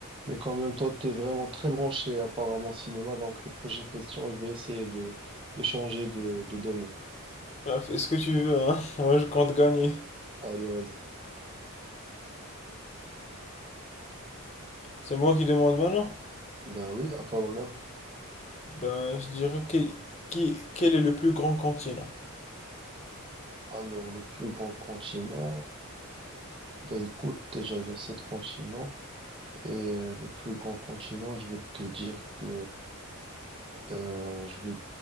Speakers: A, on the right (about 25°); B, on the left (about 30°).
A: Mais quand même, toi, t'es vraiment très branché apparemment cinéma, donc les prochaines questions, je vais essayer de, de changer de, de domaine.
B: est ce que tu veux, hein. <laughs> Moi, je compte gagner.
A: Allez, vas-y.
B: C'est moi qui demande maintenant?
A: Ben oui, à toi l'honneur.
B: Ben, je dirais que, qui, quel est le plus grand continent?
A: Alors, le plus grand continent, bah écoute, déjà il y a sept continents et euh, le plus grand continent, je vais te dire que euh, je vais